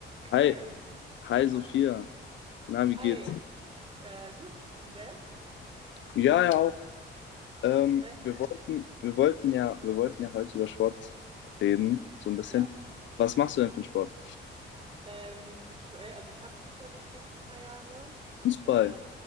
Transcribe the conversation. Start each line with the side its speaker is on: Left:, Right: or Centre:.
Right: Okay.
Left: Hi, hi Sophia. Na, wie
Right: Hi.
Left: geht's?
Right: Äh, gut. Und selbst?
Left: Ja, ja auch. Ähm,
Right: Perfekt.
Left: wir wollten, wir wollten ja, wir wollten ja heute über Sport reden, so ein bisschen.
Right: Ja.
Left: Was machst du denn für einen Sport?
Right: Ähm, aktuell, also ich habe Fußball gespielt für ein paar Jahre.
Left: Fußball.
Right: Äh,